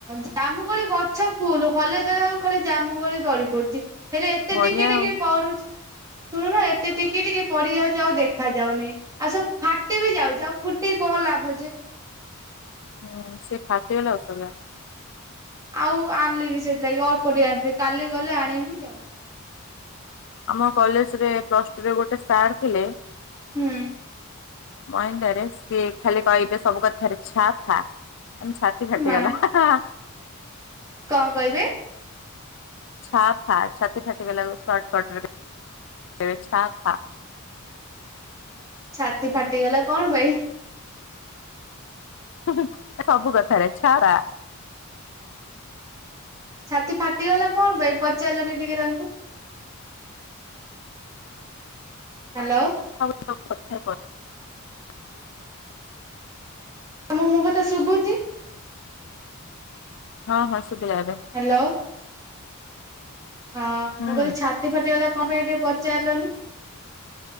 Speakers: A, on the right; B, on the left.
A: ଜାମୁ କୋଳି ଗଛ ଫୁଲ ହଲେଇ ଦେଲା ବେଳକୁ ଖାଲି ଜାମୁ କୋଳି ଗଳି ପଡୁଛି ହେଲେ ଏତେ
B: ବଢିଆ
A: ଟି ଟିକି ଟିକି
B: ଆଉ
A: ପଡୁଚି।
B: <inaudible>
A: ନୁହଁ ଏତେ ଟିକି ଟିକି ପଡିଯାଉଛି ଆଉ ଦେଖା ଯାଉନି ଆଉ ସବୁ ଫାଟି ବି ଯାଉଛି ଆଉ ଫୁଟି କଣ ଲାଭ ଯେ। ଯେ।
B: ହଁ ସେ ଫାଟିଗଲେ ଅସନା।
A: ଆଉ ଆଣିଲିନି ସେଇଥିଲାଗି ଅଳ୍ପ ଟିକେ ଆଣିଥିଲି କାଲି ଗଲେ ଆଣିବି ଆଉ।
B: ଆମ କଲେଜରେ ପ୍ଲଷ୍ଟଟୁ ଗୋଟେ ସାର୍ ଥିଲେ
A: ହୁଁ।
B: ମଇଣ୍ଡରେ ସିଏ ଖାଲି କହିବେ ସବୁ କଥାରେ ଛା ଫା। ଆମ ଛାତି ଫାଟି
A: ମା
B: ଗଲା ହାଁ ହାଁ।
A: କଣ କହିବେ।
B: ଛା ଫା ଛାତି ଫାଟିଗଲା ସଟ କଟ ଏ ଛାଫା।
A: ଛାତି ଫାଟିଗଲା କଣ ପାଇଁ?
B: ହୁଁ ସବୁ କଥାରେ ଛଡା
A: ଛାତି ଫାଟିଗଲା କଣ ପାଇଁ ପଚାରିଲନି ଟିକେ ତାଙ୍କୁ? ହାଲୋ।
B: <inaudible>
A: ତମକୁ ମୋ କଥା ଶୁଭୁଚି?
B: ହଁ ହଁ ସୁବିଲା ଏବେ।
A: ହ୍ୟାଲୋ ହଁ
B: ହୁଁ
A: ମୁଁ କହିଲି ଛାତି ଫାଟିଗଲା କଣ ପାଇଁ ଟିକେ ପଚାରିଲନି?